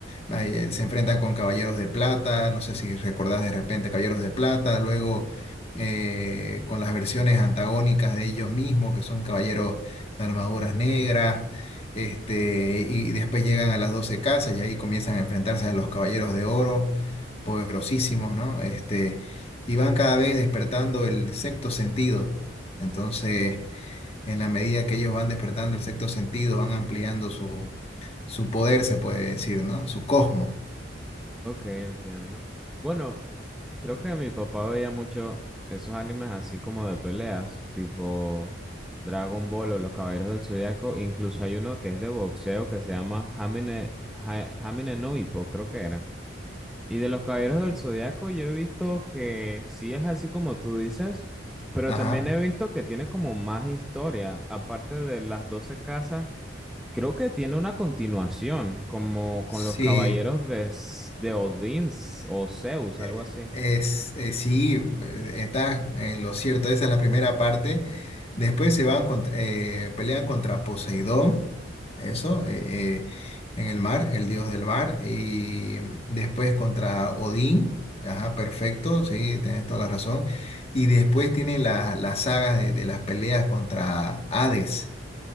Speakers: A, in the centre; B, on the left (about 30°).
A: Mm,
B: Ahí, eh, Se enfrentan con Caballeros de Plata, no sé si recordás de repente Caballeros de Plata, luego eh, con las versiones antagónicas de ellos mismos, que son caballeros de armaduras negras, este, y después llegan a las 12 casas y ahí comienzan a enfrentarse a los Caballeros de Oro, poderosísimos, ¿no? Este, y van cada vez despertando el sexto sentido. Entonces en la medida que ellos van despertando el sexto sentido, van ampliando su, su poder, se puede decir, ¿no? Su cosmo.
A: ok, entiendo. Bueno. Creo que mi papá veía mucho esos animes así como de peleas, tipo Dragon Ball o Los Caballeros del Zodiaco. Incluso hay uno que es de boxeo que se llama Hamine, Ha- Hamine no Ippo, creo que era. Y de Los Caballeros del
B: Sí.
A: Zodiaco yo he visto que sí es así como tú dices, pero
B: Ajá.
A: también he visto que tiene como más historia. Aparte de las 12 casas, creo que tiene una continuación, como con
B: Sí.
A: los Caballeros de, S- de Odín s- o Zeus,
B: Eh,
A: algo así.
B: Es, eh, sí, eh, estás en lo cierto, esa es la primera parte. Después se van cont- eh, pelean contra Poseidón, eso, eh, eh, en el mar, el dios del mar, y después contra Odín, ajá, perfecto, sí, tenés toda la razón. Y después tienen la- las sagas de, de las peleas contra Hades.